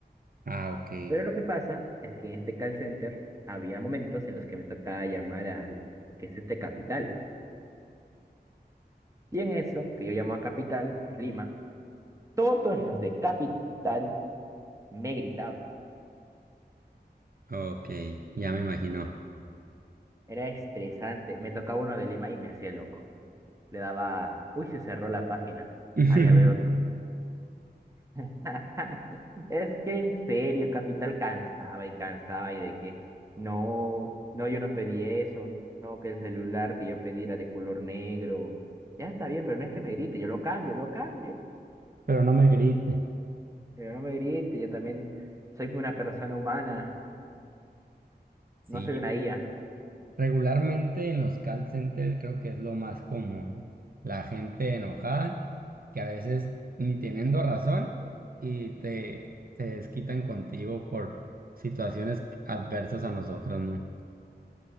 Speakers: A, on the right; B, on the right.
A: Ah, ok,
B: Pero lo que pasa es que en este call center había momentos en los que me tocaba llamar a lo que es este Capital. Y en eso, que yo llamo a Capital, que es Lima, todos los de Capital me gritaban.
A: ok, ya me imagino.
B: Era estresante. Me tocaba uno de Lima y me hacía loco. Le daba, uy, se cerró la página.
A: <laughs>
B: Ahí a ver otro. <laughs> Es que en serio, Capital cansaba y cansaba y de que no, no, yo no pedí eso, no, que el celular que yo pedí era de color negro. Ya está bien, pero no es que me grite, yo lo cambio, lo cambio.
A: Pero no me grite.
B: Pero no me grite, yo también soy una persona humana,
A: Sí,
B: no soy una IA.
A: regularmente en los call centers creo que es lo más común. La gente enojada, que a veces ni teniendo razón y te se desquitan contigo por situaciones adversas a nosotros, ¿no?